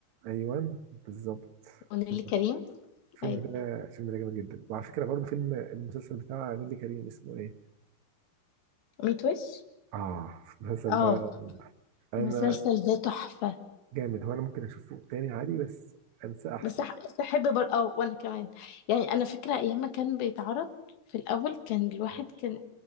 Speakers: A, on the right (about 65°); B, on the left (about 65°).
A: ايوه بالظبط
B: ونيلي
A: بالظبط
B: كريم
A: الفيلم
B: ايوه
A: ده الفيلم ده جامد جدا وعلى فكره برضه فيلم المسلسل بتاع نيللي كريم اسمه ايه
B: ميت وش
A: اه المسلسل
B: اه
A: ده انا
B: المسلسل ده تحفة
A: جامد هو انا ممكن اشوفه تاني عادي بس انساه احسن
B: بس أح- بحب بر... اه وانا كمان يعني انا فكرة ايام ما كان بيتعرض في الاول كان الواحد
A: اه
B: كان